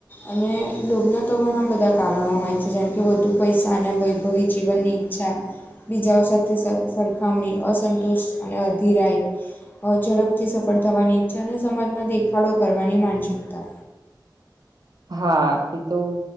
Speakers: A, on the left (about 25°); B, on the right (about 55°).
A: અને લોભના તો ઘણા બધા કારણો હોય છે. જેમ કે વધુ પૈસા અને ભવી જીવનની ઈચ્છા. બીજાઓ સાથે સ સરખામણી અસંતોષ અને અધીરાય અ ઝડપથી સફળ થવાની ઈચ્છા અને સમાજમાં દેખાડો કરવાની માનસિકતા
B: હા એ તો